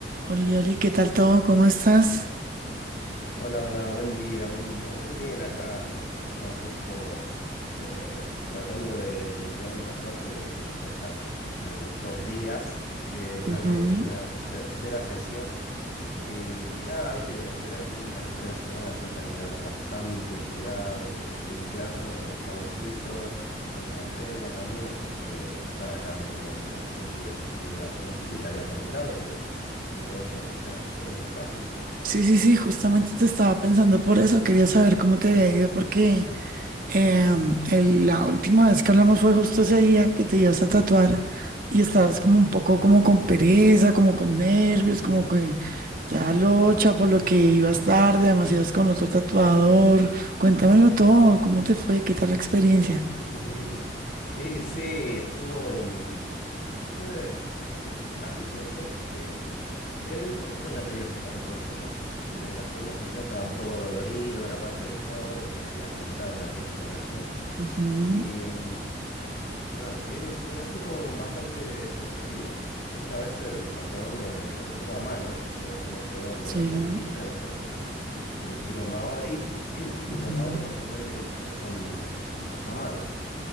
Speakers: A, on the right; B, on the left.
A: Oli, Oli, ¿qué tal todo? ¿Cómo estás?
B: Hola, hola, buen día, buen día. Muy bien, acá ando. Estaba justo eh, tratando de limpiarme el tatuaje, porque viste, yo ya llevo dos días que me
A: Ujú.
B: había hecho una tercera sesión. Y nada, viste que los primeros días, las primeras semanas siempre hay que darle bastante cuidado, que limpiarlo con jaboncito. Tengo la crema también, así que nada, acá ando con bastante cuidado. No sé si te había comentado que, que me había hecho la tercera sesión del tatuaje.
A: Sí, sí, sí, justamente te estaba pensando por eso. Quería saber cómo te había ido porque em, el- la última vez que hablamos fue justo ese día que te ibas a tatuar y estabas como un poco como con pereza, como con nervios, como que te da locha por lo que ibas tarde, además ibas con otro tatuador. Cuéntamelo todo, ¿cómo te fue? ¿Qué tal la experiencia?
B: Mm. <laughs> Y sí, estuvo, mm, estuve ansioso, sí, pero un poquito nervioso también, porque yo ya s- de la segunda sesión estaba un poco dolorido, la parte del codo que te había comentado en aquella ocasión.
A: Ujú,
B: Y mm, nada, fui, pero fui con bastante expectativa. Esta vez el tatuador me, me lo dibujó a mano, no, no pegó ninguna
A: Sí.
B: plantilla, ¿viste? Porque es, es un estilo maori,
A: ujú,
B: y los maori mayormente dicen que son dibujos a mano.